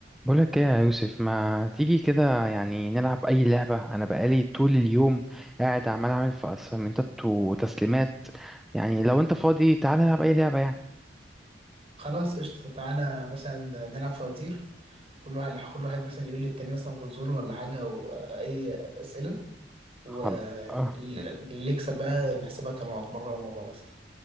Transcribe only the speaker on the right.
خلاص قشطة تعالى مثلا نلعب فواتير كل واحد كل واحد مثلا يقول للتاني مثلا فزورة ولا حاجة وأي أسئلة واللي
يكسب بقى نحسبها كنقط مرة ومرة مثلا